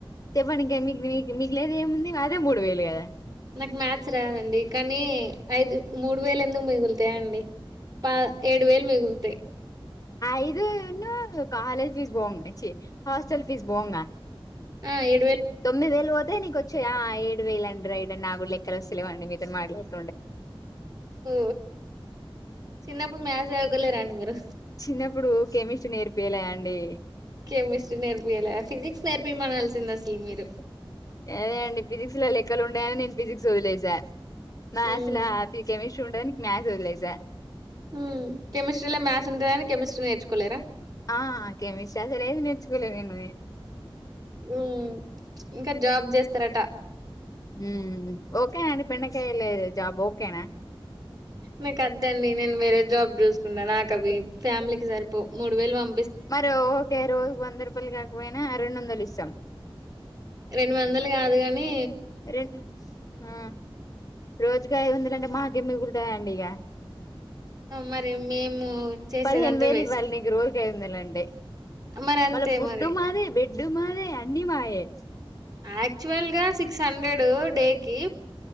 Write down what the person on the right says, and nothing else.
నాకు మ్యాథ్స్ రాదండి కానీ ఐదు మూడు వేలు ఎందుకు మిగులుతాయా అండి పా ఏడు వేలు మిగులుతాయి
ఆ ఏ
ఓ చిన్న మ్యాస్ చదువుకోలేదండి మీరు
కెమిస్ట్రీ నేర్పియాల ఫిజిక్స్ నేర్పియమనాల్సింది అసలు మీరు
ఉమ్
ఉం కెమిస్ట్రీల మ్యాస్ ఉంటదని కెమిస్ట్రీ నేర్చుకోలేరా
ఉ ఇంకా జాబ్ చేస్తారట
నాకు వద్దు అండి నేను వేరే జాబ్ చూసుకుంటా నాకు అవి ఫ్యామిలీకి సరిపోవు మూడు వేలు పం
రెండు వందలు కాదు గా మే
మరి మేము చేసేదంతా
వేస్ట్
మరి అంతే
మరి
యాక్చువల్ గా సిక్స్ హండ్రెడ్ డే కి